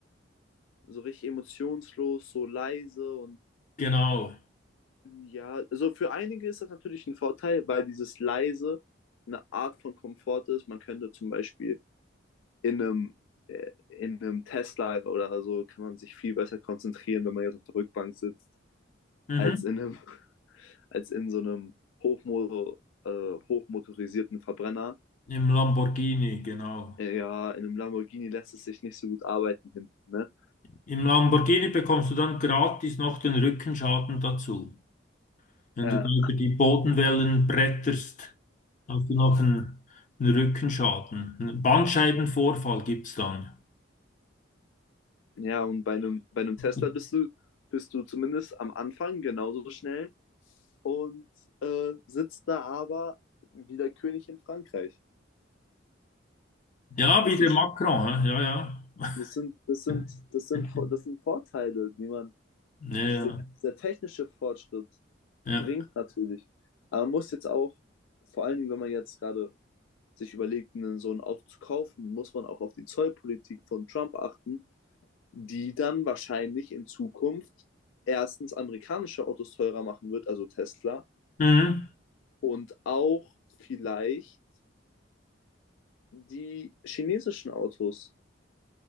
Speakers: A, on the left; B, on the left.
A: so richtig emotionslos, so leise und
B: Genau.
A: Ja, also für einige ist das natürlich ein Vorteil, weil dieses leise eine Art von Komfort ist. Man könnte zum Beispiel in einem, äh, in einem Tesla oder so kann man sich viel besser konzentrieren, wenn man jetzt auf der Rückbank sitzt,
B: Mhm.
A: als in einem, <laughs> als in so einem hochmo äh, hochmotorisierten Verbrenner.
B: Im Lamborghini, genau.
A: Äh, Ja, in einem Lamborghini lässt es sich nicht so gut arbeiten hinten, ne?
B: Im Lamborghini bekommst du dann gratis noch den Rückenschaden dazu. Wenn
A: Äh,
B: du da über die Bodenwellen bretterst, hast du noch einen, einen Rückenschaden. Einen Bandscheibenvorfall gibt es dann.
A: ja, und bei einem, bei einem
B: <laughs>
A: Tesla bist du, bist du zumindest am Anfang genauso schnell und äh, sitzt da aber wie der König in Frankreich.
B: Ja,
A: Das,
B: wie der
A: ist,
B: Macron, hä? ja, ja.
A: das, sind, das, sind,
B: <laughs>
A: das, sind, das sind Vorteile, die man,
B: Ja,
A: diese,
B: ja.
A: dieser technische Fortschritt
B: ja.
A: bringt natürlich. Aber man muss jetzt auch, vor allen Dingen, wenn man jetzt gerade sich überlegt, einen so ein Auto zu kaufen, muss man auch auf die Zollpolitik von Trump achten, die dann wahrscheinlich in Zukunft erstens amerikanische Autos teurer machen wird, also Tesla,
B: Mhm.
A: und auch vielleicht die chinesischen Autos